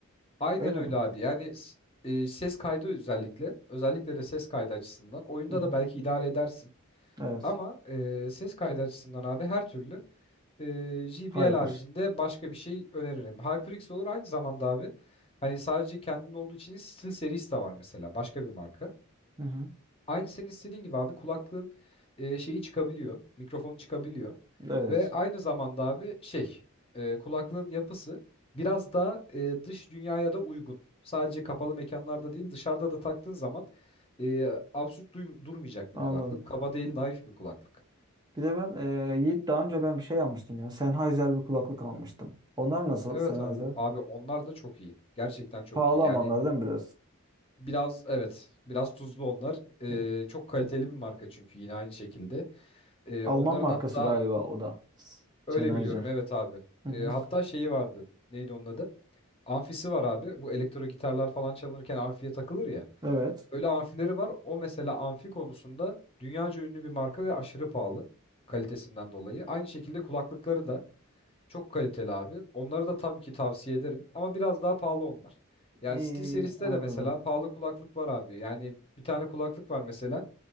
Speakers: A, on the left (about 25°); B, on the right (about 20°).
A: aynen
B: Öyle
A: öyle
B: mi?
A: abi. Yani s- e, ses kaydı özellikle, özellikle de ses kaydı açısından oyunda
B: Hı hı.
A: da belki idare edersin.
B: Evet.
A: Ama e, ses kaydı açısından abi her türlü e, JBL
B: Hyper.
A: haricinde başka bir şey öneririm. HyperX olur aynı zamanda abi. Hani sadece kendinde olduğu için değil, SteelSeries de var mesela başka bir marka.
B: Hı hı.
A: Aynı senin istediğin gibi abi kulaklığın e, şeyi çıkabiliyor. Mikrofonu çıkabiliyor.
B: Evet.
A: Ve aynı zamanda abi şey e, kulaklığın yapısı biraz daha e, dış dünyaya da uygun. Sadece kapalı mekanlarda değil dışarıda da taktığın zaman e, absürt duy- durmayacak bir
B: Anladım.
A: kulaklık. Kaba değil naif bir kulaklık.
B: Bir de ben e, Yiğit daha önce ben bir şey almıştım ya. Sennheiser bir kulaklık almıştım. Onlar nasıl
A: Evet
B: Sennheiser?
A: abi. Abi onlar da çok iyi. Gerçekten çok
B: Pahalı
A: iyi. Yani
B: ama onlar değil mi biraz?
A: biraz evet biraz tuzlu onlar.
B: Hı hı.
A: E, çok kaliteli bir marka çünkü yine aynı şekilde. E,
B: Alman
A: onların
B: markası
A: hatta
B: galiba o da.
A: Öyle
B: Sennheiser.
A: biliyorum evet abi.
B: Hı
A: Ee,
B: hı.
A: hatta şeyi vardı. Neydi onun adı? Amfisi var abi. Bu elektro gitarlar falan çalınırken amfiye takılır ya.
B: Evet.
A: Öyle amfileri var. O mesela amfi konusunda dünyaca ünlü bir marka ve aşırı pahalı kalitesinden dolayı. Aynı şekilde kulaklıkları da çok kaliteli abi. Onları da tabii ki tavsiye ederim ama biraz daha pahalı onlar. Yani
B: İyi,
A: SteelSeries'te
B: anladım.
A: de mesela pahalı kulaklık var abi. Yani bir tane kulaklık var mesela.